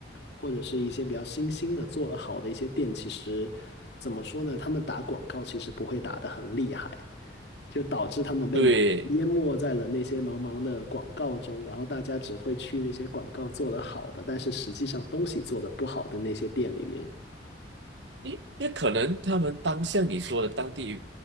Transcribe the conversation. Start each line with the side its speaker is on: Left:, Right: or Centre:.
Left: 或者是一些比较新兴的做得好的一些店，其实怎么说呢？他们打广告其实不会打得很厉害，就导致他们被
Right: 对。
Left: 淹没在了那些茫茫的广告中，然后大家只会去那些广告做得好的，但是实际上东西做得不好的那些店里面。
Right: 因因为可能他们当像你说的当地